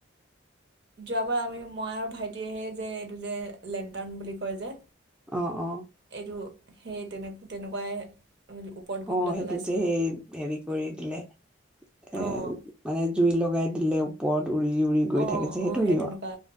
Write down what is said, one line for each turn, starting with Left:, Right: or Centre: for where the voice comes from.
Right: যোৱাবাৰ আমি মই আৰু ভাইটিয়ে সেই যে, এইটো যে, লেনটাৰন বুলি কয় যে,
Centre: অঁ অঁ
Right: এইটো সেই তেনেকৈ তেনেকুৱাই ওপৰত গৈ
Centre: অঁ
Right: পেলাই
Centre: সেইটোতে
Right: জ্বলাইছিলোঁ
Centre: সেই হেৰি কৰি দিলে
Right: অঁ
Centre: এ মানে জুই লগাই দিলে ওৰপ উৰি উৰি গৈ
Right: অ
Centre: থাকিছে সেইটো
Right: অ সেই
Centre: নি
Right: তেনেকুৱা